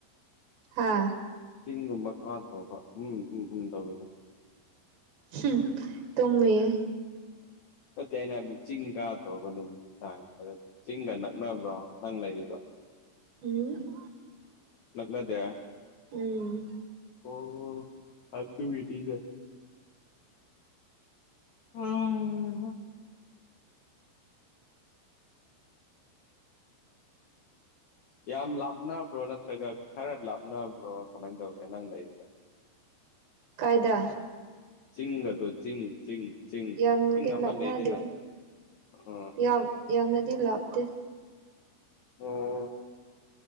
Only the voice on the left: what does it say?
ꯆꯤꯡꯒꯨꯝꯕꯗꯤ ꯀꯗ꯬ꯔꯣꯕ ꯎꯝ ꯎꯝ ꯎꯝ ꯇꯧꯔꯤꯗꯣ
ꯅꯠꯇꯦ ꯑꯩꯅ ꯍꯥꯏꯕꯗꯤ ꯆꯤꯡ ꯀꯥꯗꯔꯣꯕ ꯅꯨꯡꯗꯥꯡ ꯆꯤꯡꯒ ꯅꯛꯅꯕ꯭ꯔꯣ ꯅꯪ ꯂꯩꯗꯣ
ꯅꯛꯅꯗꯦ꯫
ꯑꯣ ꯑꯗꯨꯒꯤꯗꯤ ꯅꯦ ꯎꯝ ꯌꯥꯝ ꯂꯥꯞꯅꯕ꯭ꯔꯣ ꯅꯠꯇ꯭ꯔꯒ ꯈꯔ ꯂꯥꯞꯅꯕ꯭ꯔꯣ ꯀꯃꯥꯏꯅ ꯇꯧꯔꯦ ꯅꯪ ꯂꯩꯗꯣ
ꯆꯤꯡꯒꯗꯣ ꯆꯤꯡ ꯆꯤꯡ ꯆꯤꯡ
ꯆꯤꯡ ꯑꯃ
ꯂꯩꯗꯅ ꯑ꯫
ꯑꯣ꯫